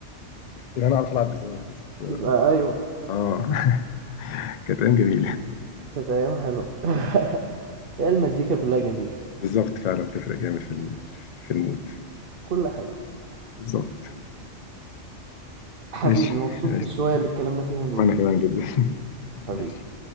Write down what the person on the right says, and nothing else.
تبقى ايوه
كانت ايام حلوه <laughs> يا المزيكا كلها جميله
كل حاجه
حبيبي
مبسوط
بالشويه اللي اتكلمنا فيهم
دول
حبيبي